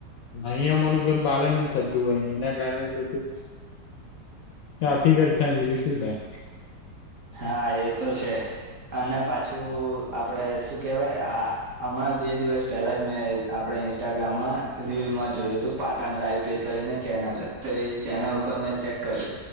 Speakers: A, on the left; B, on the right.
A: નિયમોનું કોઈ પાલન જ થતું હોયને એના કારણે પછી તફીકત થાય, બીજું શું થાય?
B: હા એ તો છે અને પાછું આપણે શું કહેવાય.. હા, હમણાં બે દિવસ પહેલા જ મેં આપણે ઇન્સ્ટાગ્રામમાં રીલમાં જોયું હતું, પાટણ લાઈવ ચેનલ કરીને ચેનલ તો એ ચેનલ ઉપર મેં ચેક કર્યું